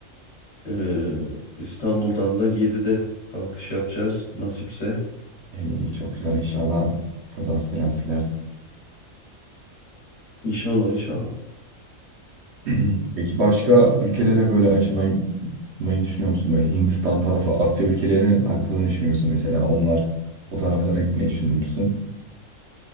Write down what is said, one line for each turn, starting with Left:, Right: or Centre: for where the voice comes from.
Left: Ee, İstanbul'dan da 7'de kalkış yapacağız nasipse.
Right: iyi, çok güzel inşallah. Kazası belası gidersin.
Left: İnşallah inşallah.
Right: <clears throat> Peki başka ülkelere böyle açılmayı açılmayı düşünüyor musun? Böyle Hindistan tarafı, Asya ülkeleri hakkında ne düşünüyorsun mesela onlar o taraflara gitmeyi düşünür müsün?